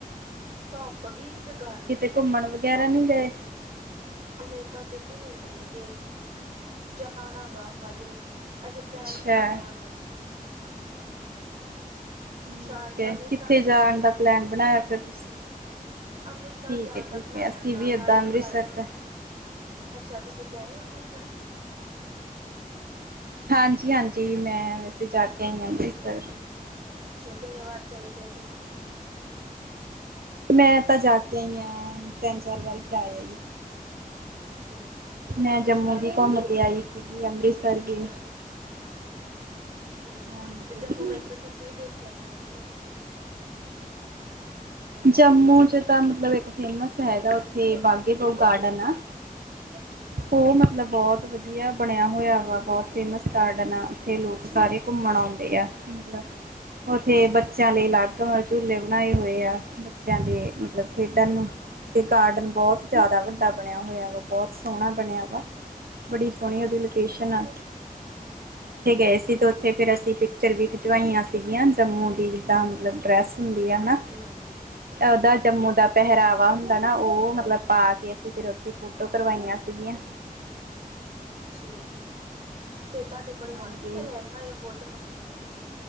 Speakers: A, on the right; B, on the right.
A: ਧੁੱਪ ਵੀ ਤੇ ਗਰਮੀ
B: ਕਿਤੇ
A: ਵੀ,
B: ਘੁੰਮਣ ਵਗੈਰਾ
A: ਵਾਹ
B: ਨਹੀਂ ਗਏ
A: ਹਾਲੇ ਤਾਂ ਕਿਤੇ ਨੀ ਗਏ ਗੇ। ਜਾਨਾ ਗਾ ਹਜੇ, ਅਜੇ ਪਲੈਨ
B: ਅੱਛਾ
A: ਬਨਾਏਆ ਗਾ।
B: ਠੀਕ
A: ਸ਼ਾਇਦ
B: ਐ,
A: ਅੰਮ੍ਰਿਤਸਰ
B: ਕਿੱਥੇ
A: ਜਾਈਏ
B: ਜਾਨ ਦਾ ਪਲੈਨ ਬਨਾਏਆ ਫੇਰ ਤੁਸੀਂ।
A: ਅੰਮ੍ਰਿਤਸਰ
B: ਠੀਕ
A: ਜਾਨ
B: ਹੈ
A: ਦਾ
B: ਠੀਕ
A: ਬਨਾਏਆ
B: ਹੈ ਅਸੀਂ
A: ਗਾ
B: ਵੀ ਏਦਾਂ
A: ਹਾਲੇ
B: ਅੰਮ੍ਰਿਤਸਰ
A: ਗਰ
B: ਤਾਂ
A: ਅੱਛਾ ਤੁਸੀਂ ਗਏ ਓਂ ਅੰਮ੍ਰਿਤਸਰ।
B: ਹਾਂਜੀ-ਹਾਂਜੀ ਮੈਂ ਵੈਸੇ ਜਾ ਕੇ ਆਈ ਆ ਅੰਮ੍ਰਿਤਸਰ।
A: ਅੱਛੇ ਓ ਕਿੰਨੇ ਵਾਰ ਚੱਲੇ ਗਏ ਤੁਸੀਂ।
B: ਮੈਂ ਤਾਂ ਜਾ ਕੇ ਆਈ ਆਂ ਤਿੰਨ ਚਾਰ ਵਾਰੀ ਜਾਏ ਆਈ।
A: ਅੱਛਾ
B: ਮੈਂ
A: ਤਾਂ
B: ਜੰਮੂ
A: ਸ਼ਾਇਦ
B: ਵੀ ਘੁੰਮ ਕੇ ਆਈ ਦਿੱਲੀ, ਅੰਮ੍ਰਿਤਸਰ
A: ਅੱਛਾ
B: ਵੀ।
A: ਠੀਕ
B: ਹਾਂਜੀ
A: ਆ ਤੇ ਜੰਮੂ ਵਿੱਚ ਤੁਸੀਂ ਕੀ ਦੇਖੇਆ ਫਿਰ ਓਥੇ। <unintelligible>
B: ਜੰਮੂ ਚ ਤਾਂ ਮਤਲਬ ਇੱਕ ਫੇਮਸ ਹੈਗਾ ਓਥੇ ਬਾਗੇ ਬਹੁ ਗਾਰਡਨ ਆ।
A: ਅੱਛਾ।
B: ਓ ਮਤਲਬ ਬੋਤ ਵਦੀਆ ਬਨੇਆ ਹੋਏਆ ਵਾ ਬੋਤ ਫੇਮਸ ਗਾਰਡਨ ਆ ਓਥੇ ਲੋਕ ਸਾਰੇ ਘੁੰਮਨ ਔਂਦੇ ਆ ਮਤਲਬ, ਓਥੇ ਬੱਚਿਆਂ ਲਈ ਅਲੱਗ ਵਾ ਝੂਲੇ ਬਨਾਏ ਹੋਏ ਆ ਬੱਚੇਆਂ ਦੇ ਮਤਲਬ ਖੇਡਨ ਨੂੰ। ਤੇ ਗਾਰਡਨ ਬੋਤ ਜਾਦਾ ਵੱਡਾ ਬਨੇਆ ਹੋਏਆ ਵਾ ਬੋਤ ਸੋਨਾ ਬਨੇਆ ਵਾ। ਬੜੀ ਸੋਨੀ ਓਦੀ ਲੋਕੇਸ਼ਨ ਆ।
A: <inaudible>
B: ਓਥੇ ਗਏ ਸੀ ਤੇ ਓਥੇ ਫਿਰ ਅਸੀਂ ਪਿਕਚਰ ਵੀ ਖਿਚਵਾਈਆਂ ਸੀਗੀਆਂ ਜੰਮੂ ਦੀ ਜਿੱਦਾਂ ਮਤਲਬ ਡਰੈਸ ਹੁੰ ਦੀ ਆ
A: ਹਾਂਜੀ
B: ਨਾ।
A: ਹਾਂਜੀ
B: ਓਦਾ ਜੰਮੂ ਦਾ ਪਹਿਰਾਵਾ ਹੁੰਦਾ ਨਾ ਓ ਮਤਲਬ ਪਾ ਕੇ ਅਸੀਂ ਫਿਰ ਓਥੇ ਘੁੰ ਫੋ਼ਟੋ ਕਰਵਾਈਆਂ ਸੀਗੀਆਂ।
A: ਅੱਛਾ, ਤੇ ਤੁਆਡੇ ਕੋਲ
B: ਹਾਂਜੀ
A: ਹੁਨ ਵੀ ਫਿਰ ਹੈਗੀਆ ਓ ਫੋਟੋਮਾਂ।